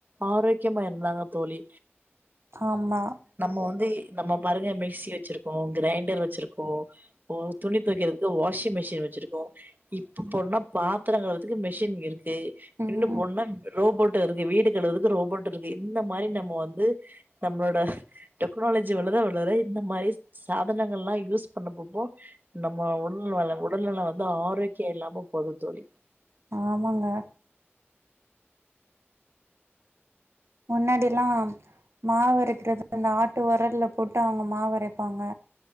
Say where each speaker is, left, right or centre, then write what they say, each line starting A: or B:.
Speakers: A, on the right; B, on the right.
A: ஆரோக்கியமா இருந்தாங்க தோழி
B: ஆம்மா
A: இப்ப வந்து நம்ம பாருங்க மிக்சி வெச்சிருக்கோ கிரைண்டர் வெச்சிருக்கோ இப்போ துணி தோய்க்கிற வாஷிங் மிஷின் வெச்சிருக்கோ இப் போனா பாத்திர கெழவதுக்கு மிஷின் இருக் கு
B: ம்
A: இன்னு போனா ரோபோட்டு் இருக்கு வீடு கழறக்கு ரோபோட் இருக்கு இந்த மாரி நம்ம வந்து நம்மளோட டெக்னாலஜி வளர வளர இந்த மாரி சா சாதனங்கல்லா. யூஸ் பண்ணப்பப்போ நம்ம உடநல உடல்நல வந்து ஆரோக்கியம் இல்லாம போது தோழி
B: ஆமாங்க முன்னாடில்லா மாவு அரைக்கறது அந்த ஆட்டு ஒரல்ல போட்டு அவுங்க மாவு அரைப்பாங்க